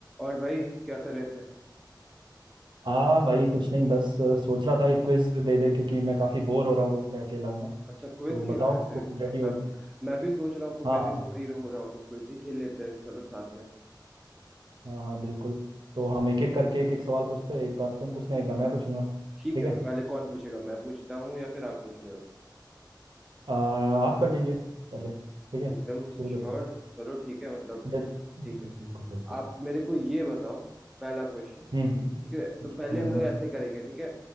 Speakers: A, in the centre; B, on the right.
A: और भाई क्या कर रहे थे
B: हाँ भाई कुछ नहीं बस अ, सोच रहा था एक क्विज दे दे क्योंकि मैं काफ़ी बोर हो रहा हूँ रूम पे अकेला हूँ ना
A: अच्छा क्विज
B: तो
A: खेल
B: बताओ
A: रहे थे
B: तुम रेडी
A: मतलब
B: हो तो
A: मैं भी सोच रहा हूँ कि
B: हाँ
A: मैं
B: हाँ
A: भी बोर ही हो रहा हूँ तो क्विज ही खेल लेते हैं चलो साथ में
B: हाँ हाँ बिल्कुल तो हम एक एक करके एक एक सवाल पूछते हैं एक बार तुम पूछना एक बार मैं पूछूंगा
A: ठीक
B: ठीक
A: है
B: है
A: तो पहले कौन पूछेगा मैं पूछता हूँ या फिर आप पूछ रहे हो
B: अ, आप कर लीजिए पहले ठीक है
A: एकदम
B: शुरू
A: श्योर
B: कर दो
A: चलो ठीक है मतलब
B: बिल-
A: ठीक
B: बिल्कुल
A: है
B: बिल्कुल बिल्कुल
A: आप मेरे को ये बताओ पहला क्वेश्चन ठीक
B: हम्म हम्म
A: है तो पहले
B: हम्म
A: हम
B: हम्म,
A: लोग ऐसे करेंगे ठीक है